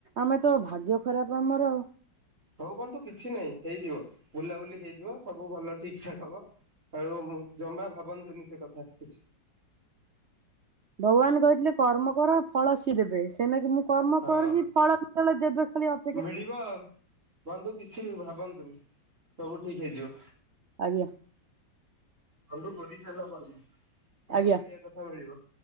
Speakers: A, on the right; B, on the right.
A: ଆମେ ତ ଭାଗ୍ୟ ଖରାପ ଆମର।
B: ହଉ ବନ୍ଧୁ କିଛି ନାହିଁ ହେଇଯିବ ବୁଲାବୁଲି ହେଇଯିବ ସବୁ ଭଲ ଠିକ୍ ଠାକ୍ ହବ। ଆଉ ଜମା ଭାବନ୍ତୁନି ସେକଥା କିଛି।
A: ଭଗବାନ କହିଥିଲେ କର୍ମ କର ଫଳ ସିଏ ଦେବେ ସେ ନାଗି ମୁଁ କର୍ମ
B: ହଁ
A: କରୁଚି ଫଳ ଫଳ <unintelligible>
B: ମିଳିବ ଆଉ ବନ୍ଧୁ କିଛି ବି ଭାବନ୍ତୁନି ସବୁ ଠିକ୍ ହେଇଯିବ।
A: ଆଜ୍ଞା।
B: ବନ୍ଧୁ କରିଚାଲ କର୍ମ। ଫଳ
A: ଆଜ୍ଞା
B: ମିଳିବା କଥା ମିଳିବ